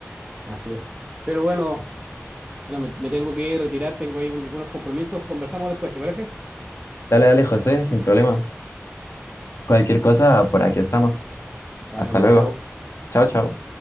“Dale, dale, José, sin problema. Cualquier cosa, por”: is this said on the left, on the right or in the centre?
Left